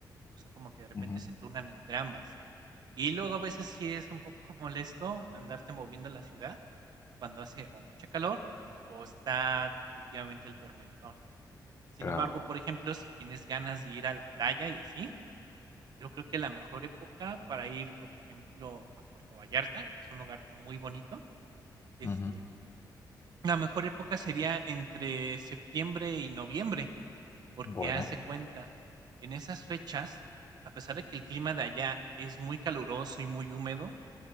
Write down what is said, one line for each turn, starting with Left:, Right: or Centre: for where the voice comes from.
Right: o sea, como que de repente
Left: Ujú.
Right: se turnan entre ambas. Y luego a veces sí es un poco <laughs> molesto andarte moviendo en la ciudad cuando hace o mucha calor o está definitivamente el tormentón. Sin
Left: Claro.
Right: embargo, por ejemplo, si tienes ganas de ir a la playa y así, yo creo que la mejor época para ir, por ejemplo, a Puerto Vallarta, que es un lugar muy bonito, este,
Left: Ujú.
Right: la mejor época sería entre septiembre y noviembre, porque
Left: Bueno.
Right: haz de cuenta, en esas fechas, a pesar de que el clima de allá es muy caluroso y muy húmedo,